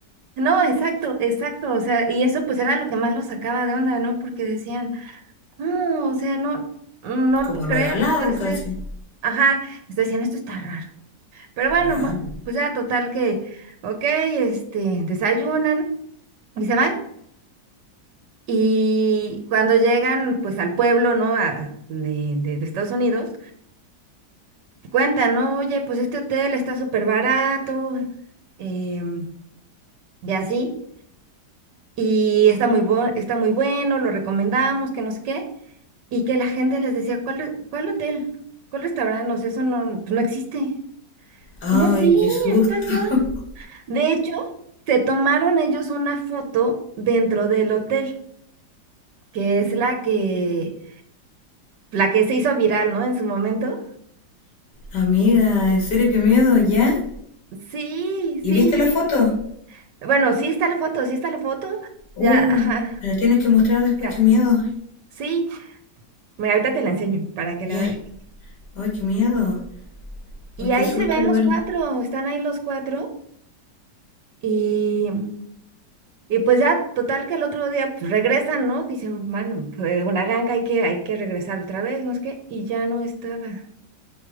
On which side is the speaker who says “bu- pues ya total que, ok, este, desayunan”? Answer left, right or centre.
Right